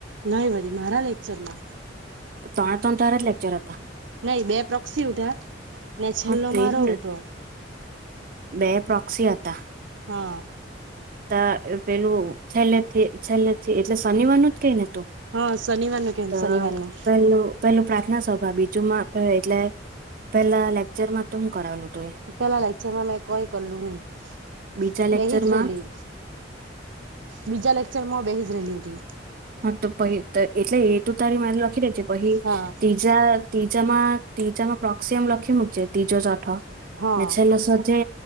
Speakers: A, on the right; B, on the right.
A: નય વરી મારા લેક્ચરમાં.
B: તો ત્રણ ત્રણ તારા જ લેક્ચર હતા
A: નહી બે પક્ષી હુંતા. ને છેલ્લો
B: હા તેજ
A: મારો
B: ને
A: ઉઠો.
B: બે પ્રોક્સી હતા.
A: હા.
B: ત પેલું છેલ્લે છેલ્લે એટલે શનિવાર ન જ કે ને તું.
A: હા શનિવાર નું કેમ
B: ત
A: શનિવાર નું
B: પેલુ પેલું પ્રાર્થના સભા બીજુમાં એટલે પેલા લેકચર માં તો હું કરાવેલું. તું એ
A: પેલા લેક્ચર માં મેં કોઈ કરલું નહી
B: બીજા લેક્ચરમાં
A: બેહી જ રેલી. બીજા લેક્ચરમાં બેહીજ રેલી એ
B: હા તો પહિ એટલે એ તો તારી મારી લખી રહી છે પહિ
A: હા
B: ત્રીજા ત્રીજામાં ત્રીજામાં પ્રોક્સિયમ લખી મૂકીજ ત્રીજો ચોઠો
A: હા
B: ને છેલે જે